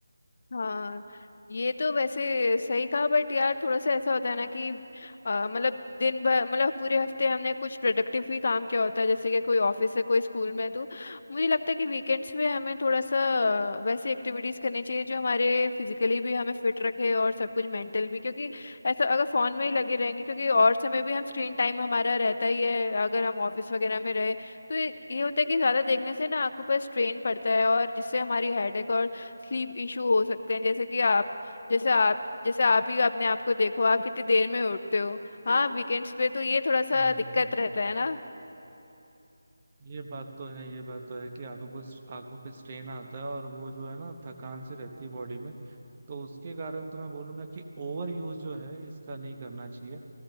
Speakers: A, on the left; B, on the right.
A: हाँ ये तो वैसे सही कहा बट यार थोड़ा सा ऐसा होता है ना कि अ, मतलब दिन भर मतलब पूरे हफ्ते हमने कुछ प्रोडक्टिव भी काम किया होता है जैसे कि कोई ऑफिस है कोई स्कूल में है, तो मुझे लगता है कि वीकेंड्स में हमें थोड़ा सा अ, वैसी एक्टिविटीज करनी चाहिए जो हमारे फिजिकली भी हमें फिट रखे और सब कुछ मेंटल भी क्योंकि ऐसा अगर फोन में ही लगे रहेंगे क्योंकि और समय भी हम स्क्रीन टाइम हमारा रहता ही है अगर हम ऑफिस वगैरह में रहे तो ये, ये होता है कि ज्यादा देखने से ना आंखों पर स्ट्रेन पड़ता है और जिससे हमारी हेडेक स्लीप इशू हो सकते हैं जैसे कि आप जैसे आप जैसे आप ही अपने आप को देखो आप कितनी देर में उठते हो हाँ वीकेंड्स पे तो ये थोड़ा सा
B: हम्म
A: दिक्कत रहता है ना
B: ये बात तो है ये बात तो है कि आंखों को आंखों पे स्ट्रेन आता है और वो जो है ना थकान सी रहती है बॉडी में तो उसके कारण तो मैं बोलूंगा कि ओवर यूज जो है इसका नहीं करना चाहिए